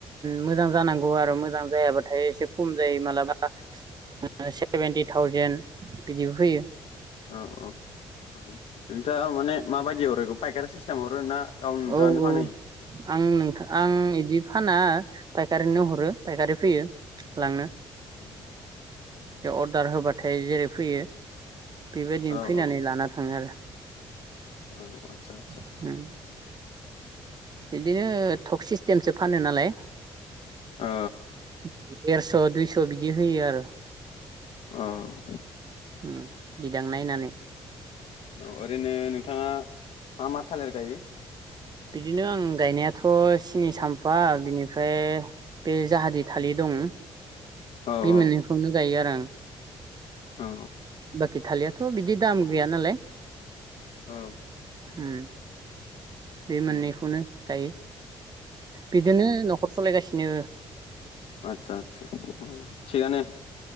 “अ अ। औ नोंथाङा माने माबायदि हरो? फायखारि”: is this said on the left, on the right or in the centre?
Left